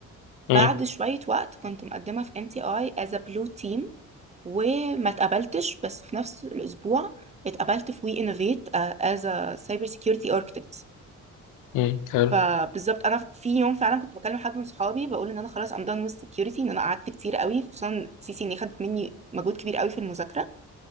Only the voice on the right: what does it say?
بعد شوية وقت كنت مقدمة في ام تي اي از بلو تيم وما اتقبلتش بس في نفس الاسبوع اتقبلت في وي انوفيت از سايبر سكيورتي architect
فبالظبط انا في يوم فعلا كنت بكلم حد من صحابي بقول ان انا خلاص ام done with security ان انا قعدت كتير قوي خصوصا سي سي ان خدت مني مجهود كبير قوي في المذاكره